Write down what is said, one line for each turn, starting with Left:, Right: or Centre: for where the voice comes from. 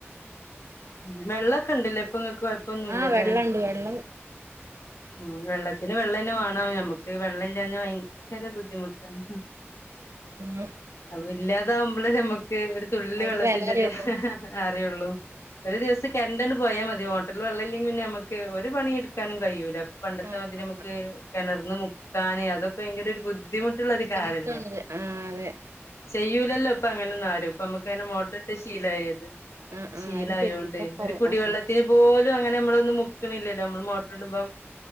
Left: ഉം വെള്ളൊക്കെ ഇണ്ട്ലെ ഇപ്പൊ ഇങ്ങക്ക് കൊഴ പ്പൊന്നുല്ലല്ലേ
Right: ആഹ് വെള്ളണ്ട് വെള്ളം
Left: ഉം വെള്ളത്തിന് വെള്ളം തന്നെ വേണം നമ്മക്ക് വെള്ളം ഇല്ലാഞ്ഞ ഭയങ്കര ബുദ്ധിമുട്ടാണ്.
Right: <unintelligible>
Left: അപ്പൊ ഇല്ലാതാവുമ്പളേ ഞമ്മക്ക് ഒരു തുള്ളി
Right: അയിന്റെ
Left: വെള്ളത്തിൻ്റെത്
Right: വെല അറിയുള്ളൂ
Left: അറിയൊള്ളു. ഒരു ദിവസം കരണ്ടന്ന് പോയാ മതി മോ മോട്ടറില് വെള്ളം ഇല്ലെങ്കിൽ പിന്നെ നമുക്ക് ഒരു പണിയും എടുക്കാനും കഴിയൂല ഇപ്പൊ പണ്ടത്തെ
Right: ആഹ്
Left: മാതിരി
Right: ആഹ്
Left: നമുക്ക് കിണർന്ന് മു ക്കാന് അതൊക്കെ ഭയങ്കര ഒരു ബുദ്ധിമുട്ട് ള്ളൊരു
Right: ബുദ്ധിമുട്ടാണത്
Left: കാര്യമല്ലേ
Right: ആഹ് അതെ
Left: ചെയ്യൂലല്ലോ ഇപ്പൊ അങ്ങനൊന്നും ആരും നമുക്ക് അങ്ങനെ മോട്ടറിട്ട് ശീലായത്
Right: ആഹ്
Left: ശീലം
Right: ആഹ് ആരും
Left: ആയോണ്ടേ
Right: ചെയ്യൂലപ്പത്
Left: ഒരു കുടിവെള്ളത്തിന്
Right: ആഹ്
Left: പോലും അങ്ങനെ നമ്മളൊന്നും മുക്കണില്ലല്ലോ നമ്മള് മോട്ടർ ഇടുമ്പോ